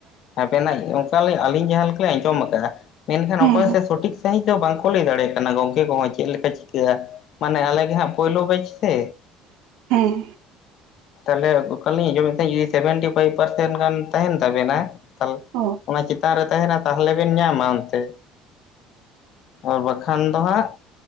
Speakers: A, on the left; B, on the right.
A: ᱟᱵᱮᱱᱟᱜ ᱚᱱᱠᱟ ᱟᱹᱞᱤᱧ ᱡᱟᱦᱟᱸ ᱞᱮᱠᱟ ᱞᱤᱧ ᱟᱸᱡᱚᱢ ᱠᱟᱜᱼᱟ ᱢᱮᱱᱠᱷᱟᱱ
B: ᱦᱮᱸ
A: ᱚᱠᱚᱭ ᱥᱮ ᱥᱚᱴᱷᱤᱠ ᱥᱟᱺᱦᱤᱡ ᱫᱚ ᱵᱟᱝᱠᱚ ᱞᱟᱹᱭ ᱫᱟᱲᱮᱭᱟᱜ ᱠᱟᱱᱟ ᱜᱚᱝᱠᱮ ᱠᱚᱦᱚᱸ ᱪᱮᱫ ᱞᱮᱠᱟ ᱪᱤᱠᱟᱹᱜᱼᱟ ᱢᱟᱱᱮ ᱟᱞᱮ ᱜᱮ ᱦᱟᱸᱜ ᱯᱳᱭᱞᱳ ᱵᱮᱪ ᱥᱮ
B: ᱦᱮᱸ
A: ᱛᱟᱦᱚᱞᱮ ᱚᱠᱟᱞᱤᱧ ᱟᱸᱡᱚᱢᱮᱫ ᱛᱟᱸᱦᱤᱫ ᱥᱮᱵᱷᱮᱱᱴᱤ ᱯᱷᱟᱭᱤᱵ ᱯᱟᱨᱥᱮᱱ ᱜᱟᱱ ᱛᱟᱸᱦᱮᱱ ᱛᱟᱵᱮᱱᱟ ᱛᱟᱦᱞᱮ
B: ᱚ
A: ᱚᱱᱟ ᱪᱮᱛᱟᱱ ᱨᱮ ᱛᱟᱸᱦᱮᱱᱟ ᱛᱟᱦᱚᱞᱮ ᱵᱤᱱ ᱧᱟᱢᱟ ᱚᱱᱛᱮ ᱟᱨ ᱵᱟᱠᱷᱟᱱ ᱫᱚ ᱦᱟᱸᱜ